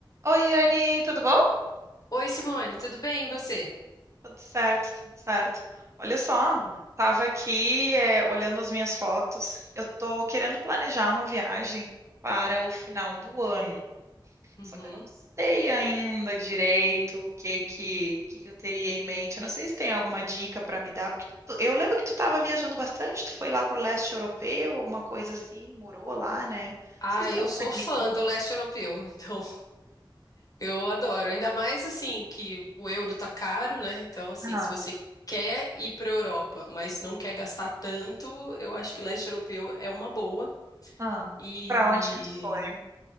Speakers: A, on the right; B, on the left.
A: Oi, Anne, tudo bom?
B: Oi, Simone, tudo bem? E você?
A: Tudo certo, tudo certo. Olha só,
B: Que bom.
A: tava aqui, é, olhando as minhas fotos. Eu tô querendo planejar uma viagem para o final do ano.
B: Uhum.
A: Só que eu não sei ainda direito o que que, que que eu teria em mente. Eu não sei se tem alguma dica para me dar, porque tu- eu lembro que tu estava viajando bastante, tu foi lá para o leste europeu, alguma coisa assim, morou lá, né? Não
B: Ah,
A: sei se
B: eu
A: tem alguma
B: sou
A: dica.
B: fã do leste europeu, <laughs> então eu adoro. Ainda mais assim que o euro tá caro, né? Então, assim,
A: Ah,
B: se você quer ir para Europa, mas não quer gastar tanto, eu acho que leste europeu é uma boa.
A: ah.
B: E
A: Para onde que tu foi?